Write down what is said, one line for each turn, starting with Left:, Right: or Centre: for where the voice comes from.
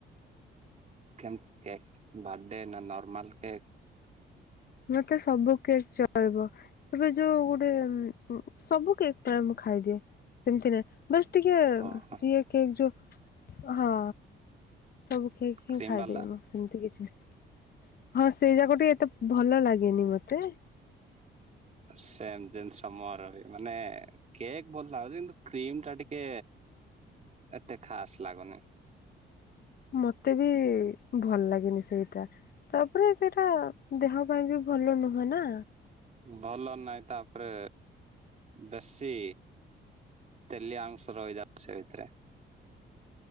Right: କେମତି କେକ୍ ବାର୍ଥଡେ ନା ନର୍ମାଲ କେକ୍?
Left: ମତେ ସବୁ କେକ୍ ଚଳିବ। ଏବେ ଯୋଉ ଗୋଟେ ସବୁ କେକ୍ ମୁଁ ଖାଇଦିଏ ସେମିତି ନାଇ ବସ୍ ଟିକେ
Right: ଓହୋ
Left: ଇଏ କେକ୍ ଯୋ ହଁ। ସବୁ କେକ୍ ହିଁ
Right: କ୍ରିମ୍
Left: ଖାଇ
Right: ବାଲା
Left: ଦେବି ମୁଁ ସେମିତି କିଛି ନାହି ହଁ ସେଇ ଯାକ ଟିକେ ଏତେ ଭଲ ଲାଗେନି ମତେ।
Right: ସେମତିନ୍ ସମରରେ ମାନେ କେକ୍ ଭଲ ଲାଗୁଛି କିନ୍ତୁ କ୍ରିମ ଟା ଟିକେ ଏତେ ଖାସ ଲାଗୁନି।
Left: ମତେ ବି ଭଲ ଲାଗେନି ସେଇଟା। ତାପରେ ସେଟା ଦେହ ପାଇଁ ବି ଭଲ ନୁହେଁ ନା।
Right: ଭଲ ନାହିଁ ତାପରେ ବେଶୀ ତେଲିଆ ଅଂସ ରହିଯାଉଚି ସେଇଥିରେ।